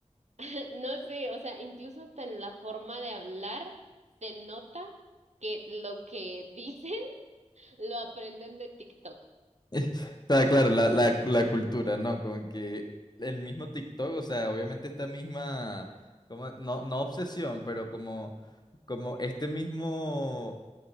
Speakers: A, on the right; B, on the left.
A: <laughs> No sé, o sea, incluso hasta en la forma de hablar se nota que lo que dicen <laughs> lo aprenden de TikTok.
B: Está claro, la, la, la cultura, ¿no? Como que el mismo TikTok, o sea, obviamente esta misma, como, no, no obsesión, pero como, como este mismo